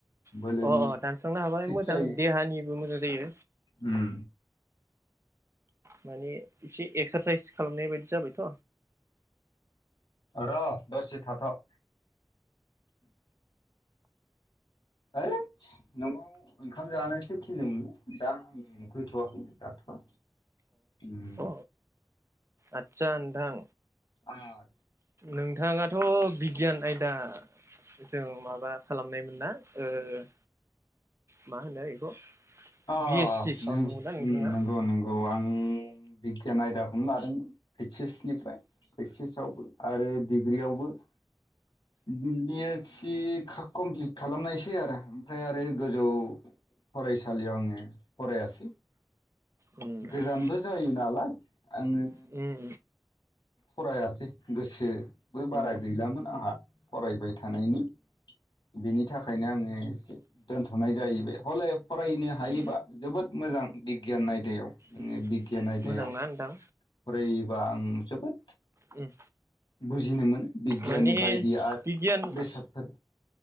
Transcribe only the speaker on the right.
अ अ दानस्रांनो हाबालाय
मोजां
देहानिबो मोजां जायो
माने एसे एक्सारसाइस खालामनाय बायदि जाबायथ'
अ आदसा नोंथां
नोंथाङाथ' बिगियान आयदा जों माबा खालामनायमोन ना ओ मा होनो <unintelligible>
बि एस सि खालामदोंमोन
ना नोंथाङा
उम उम
अ उम
उम
उम
उम
उम
मोजांना नोंथां
उम
माने।
बिगियान